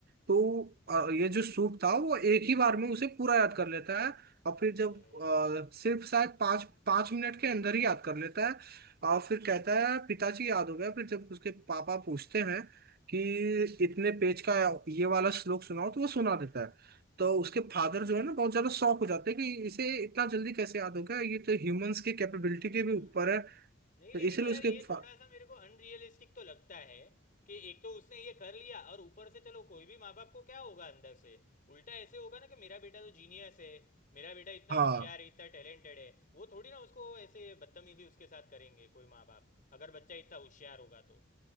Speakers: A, on the right; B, on the left.
A: तो अ, ये जो सूप था वो एक ही बार में उसे पूरा याद कर लेता है और फिर जब
B: अरे यार
A: अ, सिर्फ शायद पाँच पाँच मिनट के अंदर ही याद कर लेता है और फिर कहता है पिताजी याद हो गया फिर जब उसके पापा पूछते हैं कि इतने पेज का ये वाला श्लोक सुनाओ तो वो सुना देता है तो उसके फादर जो है ना बहुत ज्यादा शॉक हो जाते हैं कि इसे इतना जल्दी कैसे याद होगा ये तो ह्यूमंस की कैपेबिलिटी
B: अ,
A: के भी ऊपर है तो
B: नहीं लेकिन
A: इसलिए
B: यार
A: उसके
B: ये
A: फा...
B: थोड़ा सा मेरे को अनरियलिस्टिक तो लगता है कि एक तो उसने ये कर लिया और ऊपर से चलो कोई भी माँ बाप को क्या होगा अंदर से उल्टा ऐसे होगा ना कि मेरा बेटा तो जीनियस है मेरा बेटा इतना
A: हाँ
B: होशियार है इतना टैलेंटेड है वो थोड़ी ना उसको ऐसे बदतमीजी उसके साथ करेंगे कोई माँ बाप अगर बच्चा इतना होशियार होगा तो